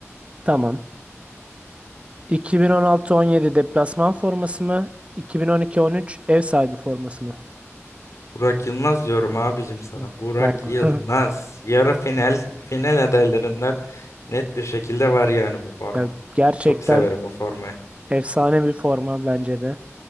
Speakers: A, on the right (about 25°); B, on the left (about 80°).
A: Tamam. 2016-17 deplasman forması mı? 2012-13 ev sahibi forması mı?
B: Burak Yılmaz diyorum abicim sana.
A: Hı.
B: Burak
A: Vay be.
B: Yılmaz.
A: <laughs>
B: Yarı final final adaylarından net bir şekilde var yani bu forma.
A: Ya gerçekten
B: Çok severim bu formayı.
A: Efsane bir forma bence de.